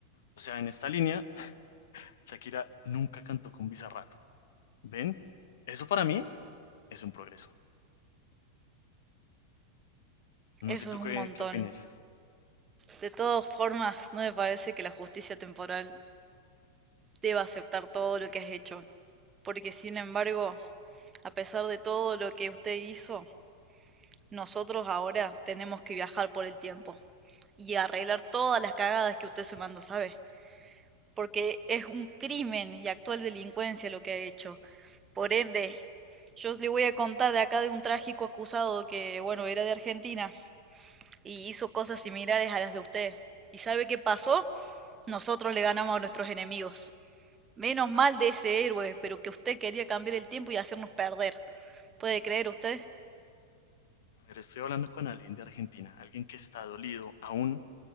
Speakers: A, on the left (about 55°); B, on the right (about 20°).
A: O sea, en esta línea, Shakira nunca cantó con Bizarrap. ¿Ven? Eso para mí es un progreso. No
B: Eso
A: sé tú
B: es un
A: qué,
B: montón.
A: qué opinas.
B: De todas formas, no me parece que la justicia temporal deba aceptar todo lo que has hecho. Porque, sin embargo, a pesar de todo lo que usted hizo, Nosotros ahora tenemos que viajar por el tiempo y arreglar todas las cagadas que usted se mandó, ¿sabe? Porque es un crimen y actual delincuencia lo que ha hecho. Por ende, yo le voy a contar de acá de un trágico acusado que, bueno, era de Argentina y hizo cosas similares a las de usted. ¿Y sabe qué pasó? Nosotros le ganamos a nuestros enemigos. Menos mal de ese héroe, pero que usted quería cambiar el tiempo y hacernos perder. ¿Puede creer usted?
A: A ver, estoy hablando con alguien de Argentina, alguien que está dolido aún